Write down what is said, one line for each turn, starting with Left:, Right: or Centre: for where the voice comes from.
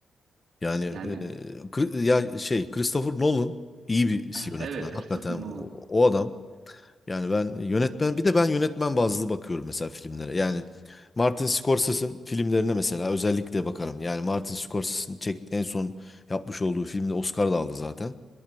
Left: Yani e,
Right: Yani
Left: Kri- ya şey Christopher Nolan iyi bir
Right: eh,
Left: yönetmen.
Right: evet
Left: Hakikaten
Right: Christopher Nolan.
Left: o, o adam Yani ben yönetmen bir de ben yönetmen bazlı bakıyorum mesela filmlere. Yani Martin Scorsese'in filmlerine mesela özellikle bakarım. Yani Martin Scorsese'in çek en son yapmış olduğu filmde Oscar da aldı zaten.